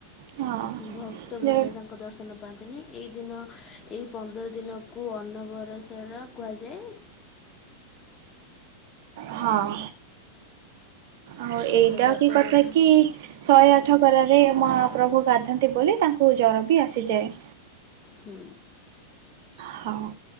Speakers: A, on the right; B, on the left.
A: ହଁ।
B: ଭକ୍ତମାନେ
A: ଯେ
B: ତାଙ୍କୁ ଦର୍ଶନ ପାଆନ୍ତିନି ଏ ଦିନ ଏ ପନ୍ଦର ଦିନକୁ ଅନନବରସର କୁହାଯାଏ
A: ହଁ। ଆଉ ଏଇଟା
B: ତ ତା'ପରେ
A: କି କଥା କି ଶହେ ଆଠ କର। ରେ ମହା ପ୍ର୍ରଭୁ ଗାଧନ୍ତି ବୋଲି ତାଙ୍କୁ ଜର ବି ଆସିଯାଏ।
B: ହୁଁ।
A: ହଁ।